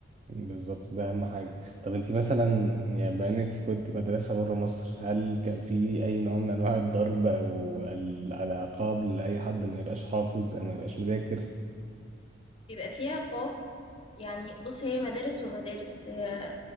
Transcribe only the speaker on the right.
بالظبط ده اهم حاجه طب انت مثلا يعني بما انك كنت مدرسه بره مصر هل كان في اي نوع من انواع الضرب او ال- العقاب لاي حد ما يبقاش حافظ او ما يبقاش مذاكر